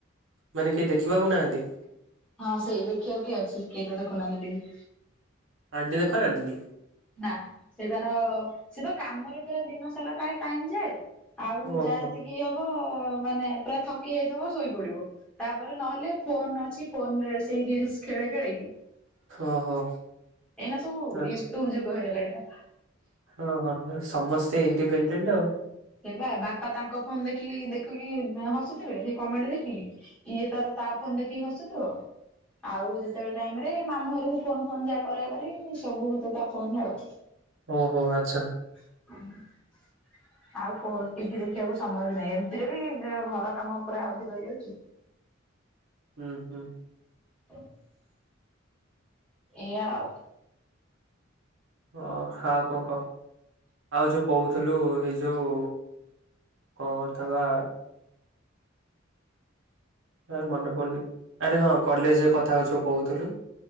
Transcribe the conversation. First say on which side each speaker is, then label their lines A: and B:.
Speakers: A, on the right; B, in the centre.
A: ମାନେ କେହି ଦେଖିବାକୁ ନାହାନ୍ତି।
B: ହଁ ସେଇ ଦେଖିବାକୁ କି ଅଛି କେହିତ ଦେଖୁନାହାନ୍ତି କେହି
A: ଆଣ୍ଟି ଦେଖୁନାହାନ୍ତି କି?
B: ନା ସେ ତାର ସେ ତ କାମରେ ପୁରା ଦିନ ସାରା ଟା ଟାଇମ ଯାଏ। ଆଉ
A: ଓହୋ
B: ଯାହା ଯେତିକି ହବ ମାନେ ପୁରା ଥକି ଯାଇଥିବ ଶୋଇପଡିବ। ତାପରେ ନହେଲେ ଫୋନ ଅଛି ଫୋନ ରେ ସେଇ ରିଲସ ଖେଳେଇ ଖେଳେଇ <inaudible>
A: ଓହୋ।
B: ଏଇନା ସବୁ
A: ଆଚ୍ଛା
B: ୟୁଟୁବ୍ ଯୁଗ ହେଇଗଲାଣି ବା
A: ଓହୋ ସମସ୍ତେ ଇଣ୍ଡିପେଣ୍ଡେଣ୍ଟ୍ ଆଉ
B: ସେଇ ବା ବାପା ତାଙ୍କ ଫୋନ୍ ଦେଖି ଦେଖିକି ହସୁ ସେ କମେଡ଼ି ଦେଖିକି ଇଏ ତାର ତା ଫୋନ ଦେଖିକି ହସୁଥିବ। ଆଉ ଯେତେବେଳେ ଟାଇମ ରେ ମାମୁ ଘରକୁ ଫୋନ ଫୋନ ଯାହା କରା କରି ସବୁ ତ ତା ଫୋନରେ ଆଉ
A: ଓହୋ ଆଛା
B: <inaudible> ଆଉ <inaudible> ଦେଖିବାକୁ। ସମୟ ବି ନାହିଁ ଏମିତିରେ ବି ଘର କାମ ପୁରା ଅଧିକ ହେଇଯାଉଛି।
A: ହୁଁ ହୁଁ।
B: <inaudible> ଏଇଆା ଆଉ
A: ଓ ଆଉ କଣ କହ ଆଉ ଯୋଉ କହୁଥୁଲୁ ଏଇ ଯୋଉ କଣ କଥା ବା।
B: <unintelligible>
A: ଆ ମନେ ପଡୁନି ଆରେ ହଁ କଲେଜ କଥା ହଉ କହୁଥୁଲୁ।